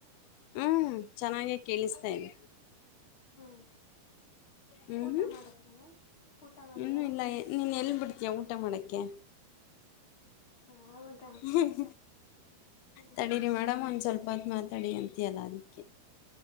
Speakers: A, on the left; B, on the left.
A: ಹ್ಮ್ ಚೆನ್ನಾಗೇ ಕೇಳಿಸ್ತಾನೆ <inaudible>
B: ಹ್ಞೂ
A: ಹ್ಮ್
B: ಊಟ
A: ಹ್ಮ್
B: ಮಾಡಿದ್ರ ಮ್ಯಾಮ್ ಊಟ ಮಾಡಿದಾರ
A: ಹ್ಮನ್ನು ಇಲ್ಲ ನೀನ್ ಎಲ್ಲಿ ಬಿಡ್ತೀಯ ಊ ಊಟ ಮಾಡಕ್ಕೆ
B: ಹೌದಾ
A: ಹ್ಮ್
B: ಹ್ಞೂ
A: ತಡೀರಿ ಮೇಡ್ಂತ ಸ್ವಲ್ಪತ್ ಮಾತಾಡಿ ಅಂತ ಅಲ್ಲ ಅದಕ್ಕೆ